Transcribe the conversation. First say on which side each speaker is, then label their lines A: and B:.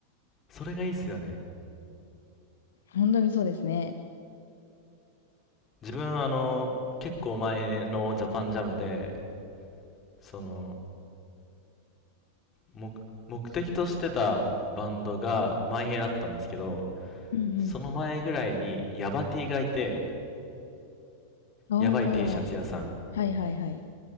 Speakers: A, on the left; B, on the left.
A: それがいいっすよね。
B: 本当にそうですね。
A: 自分あの、結構前のジャパンジャムで、その、目、目的としてたバンドが、マイヘイだったんですけど、
B: うん
A: その前ぐらいに、ヤバ T がいて、
B: うん。
A: ヤバい T シャツ屋さん。
B: おー。はいはいはい。